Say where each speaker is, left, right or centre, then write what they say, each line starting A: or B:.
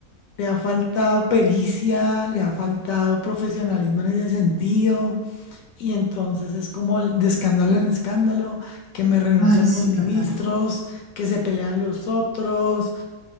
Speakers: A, on the left; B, on the left.
A: le ha faltado pericia, le ha faltado profesionalismo en ese sentido. Y entonces es como el- de escándalo en escándalo, que me renuncian
B: ay, sí,
A: los ministros,
B: total.
A: que se pelean los otros,